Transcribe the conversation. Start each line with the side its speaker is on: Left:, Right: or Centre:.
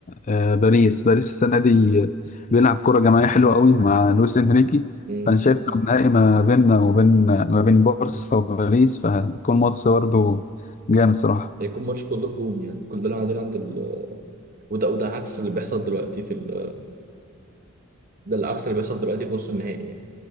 Left: آه، باريس باريس السنة دي بيلعب كرة جماعية حلوة قوي مع لويس إنريكي
Right: مم.
Left: فأنا شايف لو نهائي ما بيننا وبين ما بين بورصة وباريس فهيكون ماتش برضه جامد صراحة
Right: هيكون ماتش كله هجوم يعني كلنا قاعدين عند ال... وده وده عكس اللي بيحصل دلوقتي في ال... ده العكس اللي بيحصل دلوقتي في نص النهائي يعني